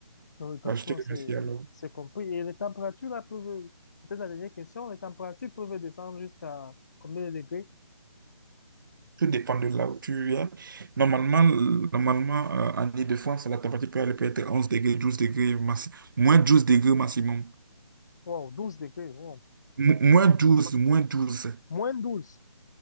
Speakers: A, on the left (about 35°); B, on the right (about 40°).
A: donc, d'accord,
B: Bah, je te
A: c'est,
B: remercie alors.
A: c'est compris. Et les températures, là, peuvent, peut-être la dernière question, les températures peuvent descendre jusqu'à combien de degrés?
B: Tout dépend de là où tu es. Normalement, l- normalement euh, en Île-de-France, la température peut aller peut-être 11 degrés, 12 degrés, maxi- moins 12 degrés maximum.
A: Wow, 12 degrés, wow.
B: Mo-
A: Écoute,
B: moins douze moins douze
A: Moins douze